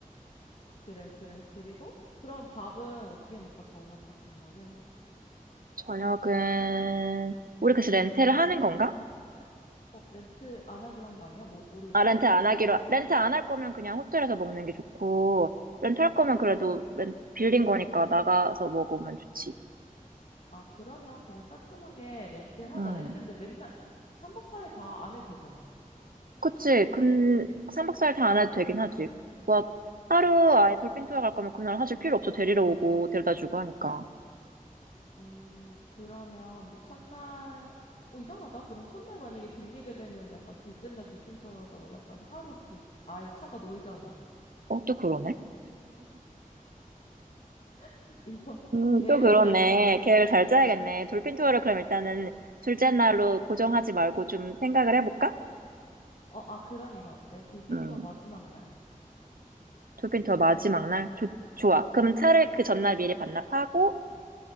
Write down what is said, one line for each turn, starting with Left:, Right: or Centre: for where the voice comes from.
Left: 그래, 그래. 그리고 그럼 밥은 어떻게 먹까? 저녁 같은 거는?
Right: 저녁은 우리 그래서 렌트를 하는 건가?
Left: 어, 렌트 안 하기로 한거 아니야? 모, 모르겠어.
Right: 아, 렌트
Left: 할 거면,
Right: 안 하기로 렌트 안 할 거면 그냥 호텔에서 먹는 게 좋고 렌트 할 거면 그래도 렌, 빌린 거니까 나가서 먹으면 좋지.
Left: 아, 그러면 그냥 깔끔하게 렌트 하자.
Right: 응.
Left: 렌트 근데 맨날 3박 4일 다 안 해도 되잖아.
Right: 그치? 근 3박 4일 다 안 해도 되긴 하지. 막 하루 아예 돌핀 투어 갈 거면 그날 사실 필요 없어. 데리러 오고 데려다 주고 하니까.
Left: 음, 그러면 우리 첫날, 어, 이상하다. 그럼 첫날 만약에 빌리게 되면 약간 둘째 날 돌핀 털어서 약간 하루 붕, 아예 차가 놀잖아.
Right: 어, 또 그러네.
Left: <laughs> 이거
Right: 음,
Left: 계획을
Right: 또 그러네.
Left: 잘 짜.
Right: 계획을 잘 짜야겠네. 돌핀 투어를 그럼 일단은 둘째 날로 고정하지 말고 좀 생각을 해볼까?
Left: 어, 아, 그럼 이건 어때? 돌핀
Right: 음.
Left: 투어 마지막 날.
Right: 돌핀투어 마지막 날? 좋, 좋아. 그럼 차를 그 전날 미리 반납하고,